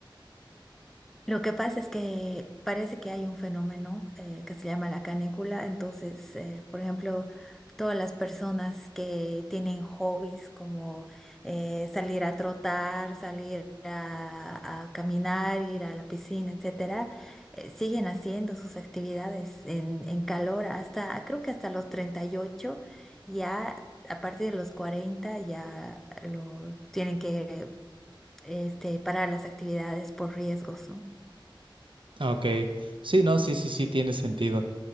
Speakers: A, in the centre; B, on the right.
A: Lo que pasa es que parece que hay un fenómeno eh, que se llama la canícula. Entonces, eh, por ejemplo, todas las personas que tienen hobbies como eh, salir a trotar, salir a, a caminar, ir a la piscina, etcétera, eh, siguen haciendo sus actividades en, en calor hasta, creo que hasta los 38, ya a partir de los 40 ya lo tienen que eh, este, parar las actividades por riesgos, ¿no?
B: Ah, Ok, sí, no, sí, sí, sí, tiene sentido.